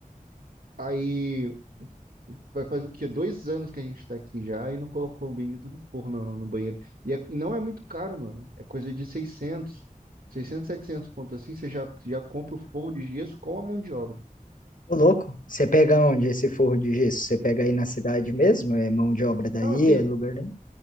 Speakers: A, on the right; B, on the left.
A: Aí. Vai fazer o quê? Dois anos que a gente tá aqui já e não colocou o bendito do porro no, no banheiro. E, é- e não é muito caro, mano. É coisa de seiscentos seiscentos 700 ponto assim. Você já, já compra o forro de gesso com a mão de obra.
B: Ô, louco, você pega onde esse forro de gesso? Você pega aí na cidade mesmo? É mão de obra daí?
A: Não, tem,
B: É lugar nenhum?